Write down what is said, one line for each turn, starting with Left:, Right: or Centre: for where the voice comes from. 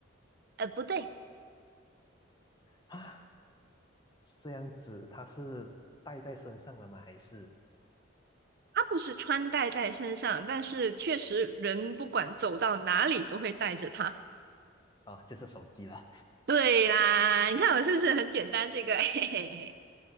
Right: 呃，不对，
Left: 啊？这样子它是带在身上的吗？还是
Right: 它不是穿戴在身上，但是确实人不管走到哪里都会带着它。
Left: 啊，就是手机了
Right: 对啦，你看我是不是很简单？这个，<laughs> 嘿嘿嘿。